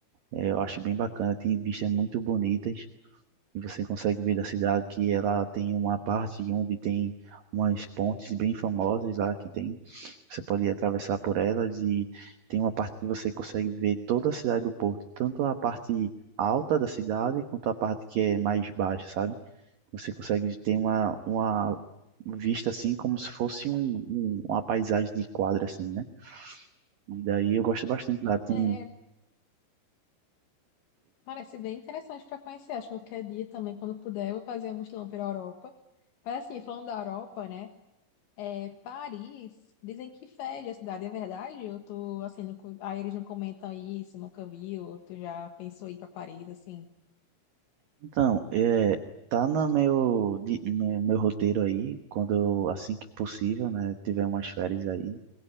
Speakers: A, on the right; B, on the left.
A: eh, eu acho bem bacana. Tem vistas muito bonitas e você consegue ver da cidade que ela tem uma parte onde tem umas pontes bem famosas lá que tem. Você pode atravessar por elas e tem uma parte que você consegue ver toda a cidade do Porto, tanto a parte alta da cidade quanto a parte que é mais baixa, sabe? Você consegue ter uma, uma vista assim como se fosse um, um- uma paisagem de quadra assim, né? E daí eu gosto bastante lá. Tem
B: É, parece bem interessante para conhecer. Acho que qualquer dia também, quando puder, eu vou fazer um mochilão pela Europa. Mas assim, falando da Europa, né? É, Paris, dizem que fede a cidade, é verdade? Eu tô assim, nunca- aí eles não comentam isso, nunca vi, ou tu já pensou em ir para Paris, assim?
A: Então, é, tá no meu, di- no meu roteiro aí, quando eu, assim que possível, né, tiver umas férias aí,